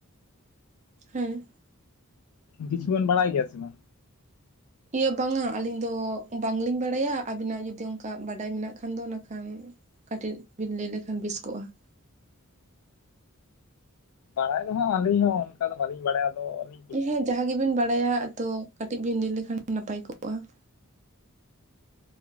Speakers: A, on the right; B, on the left.
A: ᱦᱮᱸ ᱾
B: ᱠᱤᱪᱷᱩ ᱵᱤᱱ ᱵᱟᱲᱟᱭ ᱜᱮᱭᱟ ᱥᱮ ᱵᱟᱝ?
A: ᱤᱭᱟᱹ ᱵᱟᱝᱼᱟ ᱟᱹᱞᱤᱧ ᱫᱚ ᱵᱟᱝ ᱞᱤᱧ ᱵᱟᱲᱟᱭᱟ, ᱟᱹᱵᱤᱱᱟᱜ ᱡᱩᱫᱤ ᱚᱱᱠᱟ ᱵᱟᱰᱟᱭ ᱢᱮᱱᱟᱜ ᱠᱷᱟᱱ ᱫᱚ ᱱᱟᱠᱷᱟᱱ ᱠᱟᱹᱴᱤᱡ ᱵᱤᱱ ᱞᱟᱹᱭ ᱞᱮᱠᱷᱟᱱ ᱵᱮᱥ ᱠᱚᱜᱼᱟ ᱾
B: ᱵᱟᱲᱟᱭ ᱫᱚ ᱦᱟᱸᱜ ᱟᱹᱞᱤᱧ ᱦᱚᱸ ᱚᱱᱠᱟ ᱫᱚ ᱵᱟᱹᱞᱤᱧ ᱵᱟᱲᱟᱭᱟ ᱟᱫᱚᱧ
A: ᱦᱮᱸ ᱡᱟᱦᱟᱸ ᱜᱮᱵᱤᱱ ᱵᱟᱲᱟᱭᱟ ᱛᱚ, ᱠᱟᱹᱴᱤᱡ ᱵᱤᱱ ᱞᱟᱹᱭ ᱞᱮᱠᱷᱟᱱ ᱱᱟᱯᱟᱭ ᱠᱚᱜᱼᱟ ᱾